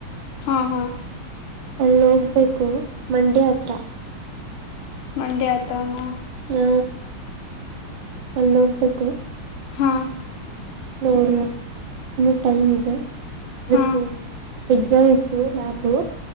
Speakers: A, on the left (about 85°); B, on the right (about 70°).
A: ಹಾ ಹಾ
B: ಅಲ್ಲೋಗ್ಬೇಕು ಮಂಡ್ಯ ಹತ್ರ
A: ಮಂಡಿಯ ಆತಾನ
B: ಹಾ ಅಲ್ಲಿ ಹೋಗ್ಬೇಕು
A: ಹಾ
B: ನೋಡುವ ಇನ್ನೂ ಟೈಮ್ ಇದೆ
A: ಹಾ
B: ಮತ್ತುತ್ತು <unintelligible> ಎಕ್ಸಾಮ್ ಇತ್ತು ಲ್ಯಾಬು